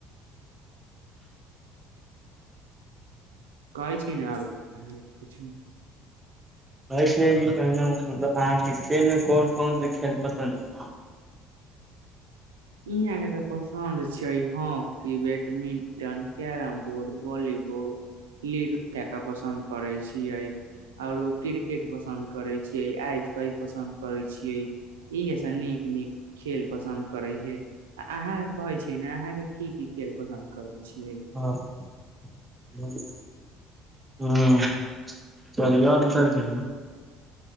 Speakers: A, on the right (about 85°); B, on the right (about 20°).
A: कहय छी ना और आहान के कुछो।
B: कहैछिये इ कहनो मतलब अहाँके खेलमे कोन कोन स‌ऽ खेल पसन्द
A: इ अहाँके तऽ पसन्द छै hockey badminton carrom board volley ball ludo केका पसन्द करैऽ छिए ओरो क्रिकेट पसन्द करैऽ छिए आइस पाइस पसन्द पसंद करै छिये इ एह से नीक नीक खेल पसन्द जे अ अहां के कहे छी ने अहां की की खेल पसन्द करे छिये
B: ह ह हूँ <unintelligible>